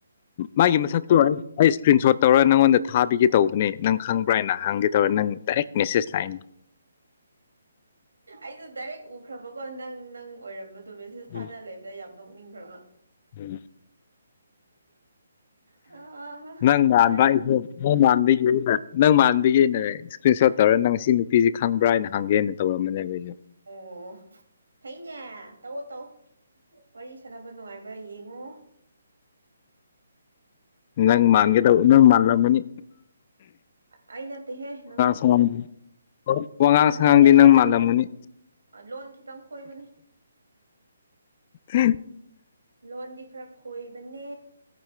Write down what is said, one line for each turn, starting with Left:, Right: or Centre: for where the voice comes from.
Left: ꯃꯥꯒꯤ ꯃꯁꯛꯇꯣ ꯑꯩ ꯏꯁꯀ꯭ꯔꯤꯟ ꯁꯣꯠ ꯇꯧꯔ ꯅꯪꯉꯣꯟꯗ ꯊꯥꯕꯤꯒꯦ ꯇꯧꯕꯅꯦ ꯅꯪ ꯈꯪꯕ꯭ꯔꯥ ꯍꯥꯏꯅ ꯍꯪꯒꯦ ꯇꯧꯔ ꯅꯪ ꯇꯔꯦ ꯃꯤꯁꯁ ꯂꯥꯏꯟ
Right: ꯑꯩꯁꯨ ꯗꯥꯏꯔꯦꯛ ꯎꯈ꯭ꯔꯕꯀꯣ ꯅꯪ ꯅꯪ ꯑꯣꯏꯔꯝꯕ ꯑꯗꯨꯣ ꯃꯦꯁꯤꯁ ꯊꯥꯅ
Left: ꯎꯝ
Right: ꯂꯩꯕꯗ ꯌꯥꯝ ꯅꯣꯛꯅꯤꯡꯈ꯭ꯔꯕ
Left: ꯎꯝ
Right: ꯑ
Left: ꯅꯪ ꯃꯥꯟꯕꯥꯟꯕꯁꯨ
Right: ꯕꯦꯔꯥꯅꯤ
Left: ꯅꯪ ꯃꯥꯟꯒꯦꯅꯦ ꯅꯪ ꯃꯥꯟꯗꯤꯒꯦꯅꯦ ꯏꯁꯀ꯭ꯟ ꯁꯣꯠ ꯇꯧꯔꯒ ꯅꯪ ꯉꯁꯤ ꯅꯨꯄꯤꯁꯤ ꯈꯕ꯭ꯔꯥ ꯍꯥꯏꯅ ꯍꯪꯒꯦꯅ ꯇꯧꯔꯝꯅꯦꯕꯁꯨ
Right: ꯑꯣ ꯊꯩꯅꯦ ꯇꯧ ꯇꯧ ꯋꯥꯔꯤ ꯁꯥꯟꯅꯕ ꯅꯨꯡꯉꯥꯏꯕ꯭ꯔꯥ ꯌꯦꯡꯉꯣ
Left: ꯅꯪ ꯃꯥꯟꯒꯦ ꯇꯕ ꯅꯪ ꯃꯥꯟꯂꯝꯕꯅꯤ
Right: ꯑꯩ ꯅꯠꯇꯦꯍꯦ ꯅꯪꯁꯨ
Left: ꯁꯉꯥꯡꯗꯤ ꯋꯥꯉꯥꯡ
Right: ꯃꯥꯟꯗꯕꯅꯦ
Left: ꯁꯉꯥꯡꯗꯤ
Right: ꯃꯥꯟꯗꯕꯅꯦ
Left: ꯅꯪ ꯃꯥꯜꯂꯝꯒꯅꯤ
Right: ꯂꯣꯟ ꯈꯤꯇꯪ ꯈꯣꯏꯕꯅꯦ
Left: ꯐꯦꯛ
Right: ꯂꯣꯟꯗꯤ ꯈꯔ ꯈꯣꯏꯕꯅꯦ